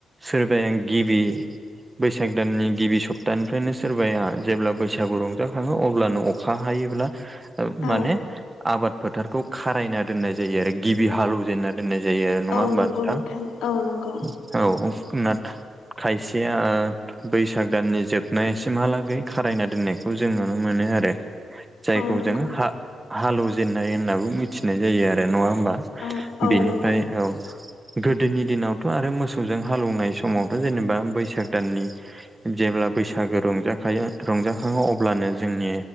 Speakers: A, on the right; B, on the left.
A: सोरबाया गिबि बैसाग दाननि गिबि सप्तानिफ्रायनो सोरबाया जेब्ला बैसागु रंजाखङो अब्लानो अखा हायोब्ला
B: औ
A: माने आबाद फोथारखौ खारायना दोननाय जायो आरो गिबि हालौवजेननानै दोननाय जायो आरो नङा
B: औ
A: होमबा
B: नंगौ
A: नोंथां?
B: औ नंगौ
A: ओं औ नाथ खायसेया बैसाग दाननि जोबनाया एसेमहालागै खारायना दोननायखौ जों नुनो मोनो आरो जायखौ
B: औ नंगौ
A: जों हा हालौवजेननाय होननाबो मिथिनाय जायो आरो नङा होमबा
B: औ औ
A: बेनिफ्राय
B: नंगौ
A: औ गोदोनि दिनावथ' आरो मोसौजों हालौवनाय समावथ' जेनेबा बैसाग दाननि जेब्ला बैसागो रंजाखायो रंजाखङो अब्लानो जोंनि